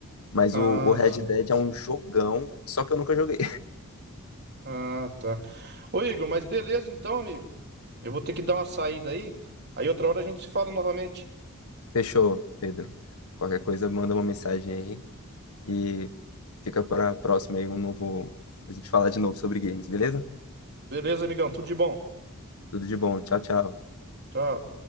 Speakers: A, on the left; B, on the right.
A: Mas
B: Ah,
A: o, o Red
B: sim.
A: Dead é um jogão, só que eu nunca joguei.
B: Ah, tá. Ô Igor, mas beleza então, amigo. Eu vou ter que dar uma saída aí. Aí outra hora a gente se fala novamente.
A: Fechou, Pedro. Qualquer coisa, manda uma mensagem aí e fica para a próxima aí um novo. A gente falar de novo sobre games, beleza?
B: Beleza, amigão? Tudo de bom.
A: Tudo de bom. Tchau, tchau.
B: Tchau.